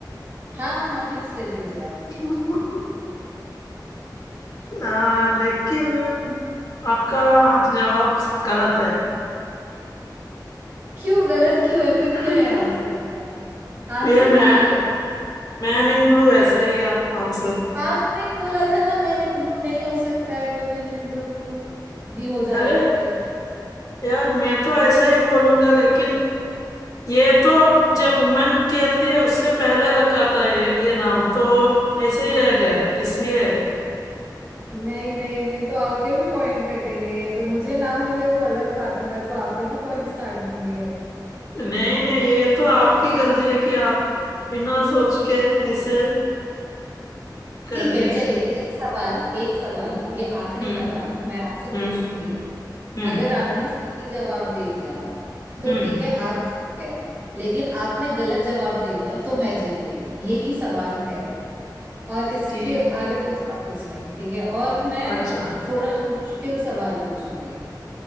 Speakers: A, on the right; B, on the left.
A: हाँ हाँ फिक्स कर दीजिए आप
B: हूँ <laughs> आ, लेकिन आपका जवाब गलत है
A: क्यों गलत क्यों है फिर
B: <laughs>
A: क्या है आंसर इसका आंसर
B: ये मैं
A: क्या है ये
B: मैन इन ब्लू ऐसा ही आंसर
A: आपने बोला था ना मैन इन ब्लू नहीं हो सकता है वुमेन इन ब्लू भी हो जाएगा
B: अरे
A: फिर
B: यार मैं तो ऐसा ही बोलूंगा लेकिन ये तो
A: न-
B: जब वुमेन खेलती है उससे पहले रखा था ये ये नाम तो ऐसे ही रह गया इसलिए
A: नहीं नहीं नहीं तो आपके भी पॉइंट कटेंगे ये तो मुझे ना मिले वो अलग बात है मैं तो आपके भी पॉइंट्स काट दूंगी अब
B: नहीं नहीं ये तो आपकी गलती है कि आप बिना सोच के ऐसे कर
A: ठीक
B: दी
A: है चलिए एक सवाल एक सवाल
B: हम्म
A: ये आखिरी
B: हम्म
A: सवाल मैं आपसे
B: हम्म
A: पूछूंगी
B: हम्म
A: अगर आपने सही जवाब दे दिया तो
B: हम्म,
A: ठीक है आप जीत गए लेकिन आपने गलत जवाब दे दिया तो मैं जीत गई यही सवाल है और इसके
B: ठीक
A: आगे पीछे और कुछ नहीं ठीक है और मैं
B: अच्छा
A: थोड़ा मुश्किल सवाल पूछूंगी